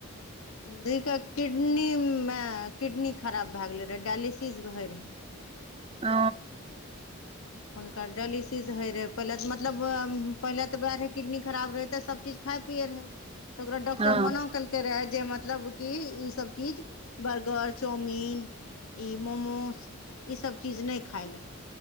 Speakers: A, on the left; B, on the right.
A: दि के किडनी मे किडनी खराब भए गेले रहे डायलिसिस होय रहै
B: ओ
A: हुनकर डायलिसिस होय रहै पहिले तऽ मतलब पहिले तऽ वएह रहै किडनी खराब रहै तऽ सबचीज खाइत पियै रहै तऽ ओकरा डॉक्टर
B: हँ
A: मना
B: हँ
A: केलकै रहै जे मतलब कि ई सब चीज बर्गर चाउमिन ई मोमोस ई सब चीज नहि खाय ले